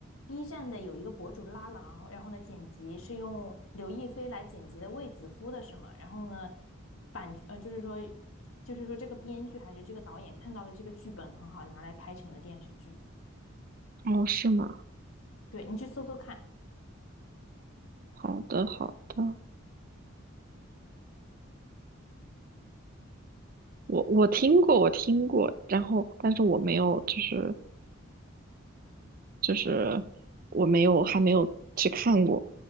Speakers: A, on the left; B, on the right.
A: B 站的有一个博主拉郎，然后呢剪辑是用刘亦菲来剪辑的卫子夫的什么，然后呢版呃就是说就是说这个编剧还是这个导演看到了这个剧本很好，拿来拍成了电视剧。
B: 哦，是吗？
A: 对，你去搜搜看，
B: 好的好的，我我听过我听过，然后但是我没有就是就是我没有还没有去看过，